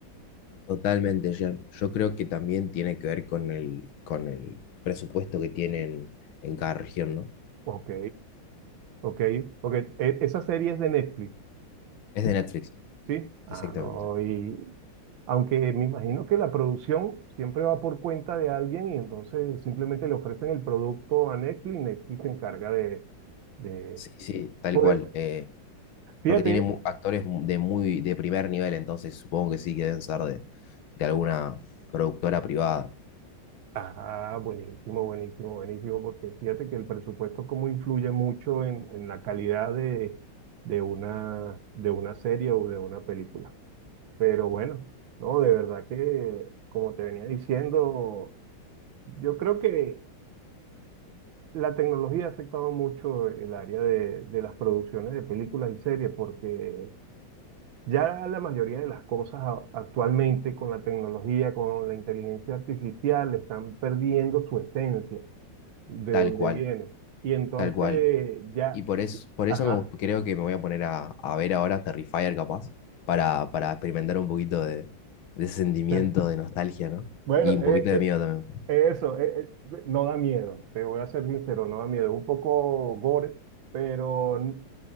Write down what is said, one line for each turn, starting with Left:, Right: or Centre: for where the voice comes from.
Left: Totalmente, Jean. Yo creo que también tiene que ver con el, con el presupuesto que tienen en cada región, ¿no?
Right: Ok, ok, ok. E- Esa serie es de Netflix,
Left: Es de Netflix,
Right: ¿sí?
Left: exactamente.
Right: Ah, no, y aunque me imagino que la producción siempre va por cuenta de alguien y entonces simplemente le ofrecen el producto a Netflix, Netflix se encarga de... de
Left: Sí, sí, tal
Right: por,
Left: cual.
Right: e-
Left: eh,
Right: Fíjate,
Left: porque tiene mu- actores mu- de muy de primer nivel, entonces supongo que sí que deben ser de, de alguna productora privada.
Right: ah, buenísimo, buenísimo, buenísimo, porque fíjate que el presupuesto como influye mucho en, en la calidad de, de una, de una serie o de una película. Pero bueno, no, de verdad que, como te venía diciendo, yo creo que la tecnología ha afectado mucho el área de, de las producciones de películas y series, porque ya la mayoría de las cosas a- actualmente con la tecnología, con la inteligencia artificial, están perdiendo su esencia. de
Left: Tal
Right: dónde
Left: cual,
Right: viene. Y entonces
Left: tal cual.
Right: ya,
Left: Y por eso, por
Right: ajá.
Left: eso me, gust- creo que me voy a poner a, a ver ahora Terrifier capaz, para, para experimentar un poquito de, de ese sentimiento
Right: <laughs>
Left: de nostalgia, ¿no?
Right: Bueno,
Left: Y un
Right: eh,
Left: poquito
Right: eh,
Left: de miedo también.
Right: Eso, eh, eh, no da miedo, te voy a ser sincero, no da miedo. Es un poco gore, pero n-